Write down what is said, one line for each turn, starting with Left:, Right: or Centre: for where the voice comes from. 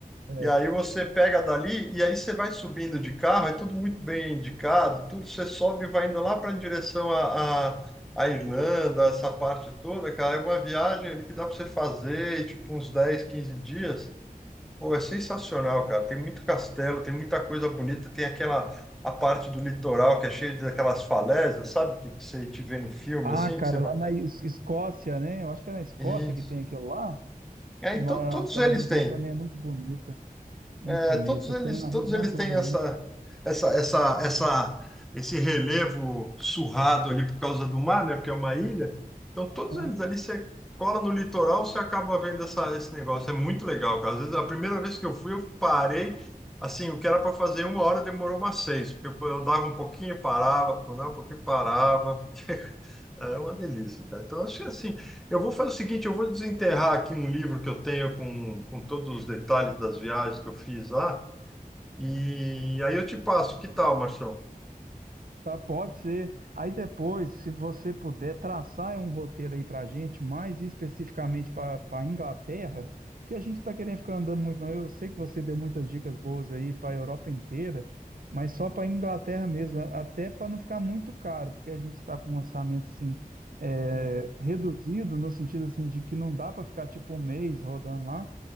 Right: É.
Centre: E aí você pega dali e aí você vai subindo de carro, é tudo muito bem indicado, tudo você sobe e vai indo lá para em direção à à- à Irlanda, essa parte toda, cara, é uma viagem ali que dá para você fazer, tipo uns 10, 15 dias. Pô, é sensacional, cara. Tem muito castelo, tem muita coisa bonita, tem aquela a parte do litoral que é cheia daquelas falésias, sabe? Que, que você te vê no filme,
Right: Ah,
Centre: assim,
Right: cara,
Centre: que você vai.
Right: lá na Es- Escócia, né? Eu acho que é na Escócia
Centre: Isso.
Right: que tem aquilo lá.
Centre: E aí
Right: Na-
Centre: to- todos
Right: Aquela
Centre: eles
Right: região
Centre: têm,
Right: também é muito bonita, muito
Centre: é,
Right: bonita.
Centre: todos eles,
Right: Tem na
Centre: todos
Right: região
Centre: eles
Right: toda
Centre: têm essa,
Right: ali.
Centre: essa, essa, essa, esse relevo surrado ali por causa do mar, né? Porque é uma ilha. Então todos
Right: né?
Centre: eles ali você cola no litoral, você acaba vendo essa, esse negócio. É muito legal, cara. Às vezes a primeira vez que eu fui, eu parei. Assim, o que era para fazer uma hora demorou umas seis, porque eu eu dava um pouquinho, parava, dava um pouquinho, parava. Ah, É uma delícia, cara. Então, acho que assim, eu vou fazer o seguinte, eu vou desenterrar aqui um livro que eu tenho com, com todos os detalhes das viagens que eu fiz lá, e aí eu te passo. Que tal, Marção?
Right: Tá, pode ser. Aí depois, se você puder traçar um roteiro aí para a gente, mais especificamente para a Inglaterra, porque a gente está querendo ficar andando muito, não. Eu sei que você deu muitas dicas boas aí para a Europa inteira, mas só para a Inglaterra mesmo, a- até para não ficar muito caro, porque a gente está com um orçamento assim, é,
Centre: Uhum.
Right: reduzido, no sentido assim, de que não dá para ficar tipo um mês rodando lá.